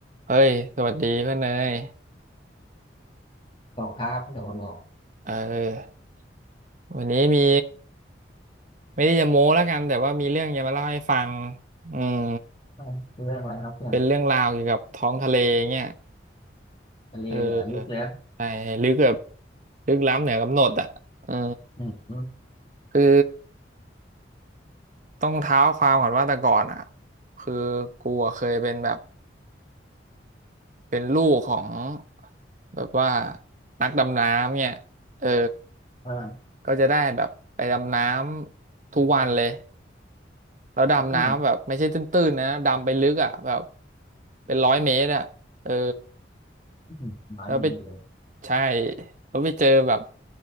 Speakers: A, on the right; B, on the left.
A: เฮ้ยสวัสดีเพื่อนเนย
B: ตกครับโดนหลอก
A: เออวันนี้มีไม่ได้จะโม้แล้วกันแต่ว่ามีเรื่องจะมาเล่าให้ฟังอืม
B: อ่าวเรื่องอะไรครับเพื่อน
A: เป็นเรื่องราวเกี่ยวกับท้องทะเลเงี้ย
B: ทะเลเหลือลึกเลย
A: เออใช่ลึกแบบลึกล้ำเหนือกำหนดอ่ะเออ
B: อืมอืม
A: คือต้องเท้าความก่อนว่าแต่ก่อนอ่ะคือกูอะเคยเป็นแบบเป็นลูกของแบบว่านักดำน้ำเนี่ยเออ
B: อ่า
A: ก็จะได้แบบไปดำน้ำทุกวันเลย แล้วดำน้ำแบบไม่ใช่ตื้นๆนะดำไปลึกอ่ะแบบ
B: อืม
A: เป็นร้อยเมตรอ่ะเออ
B: อื้น้อยมีเลย
A: แล้วไปใช่แล้วไปเจอแบบ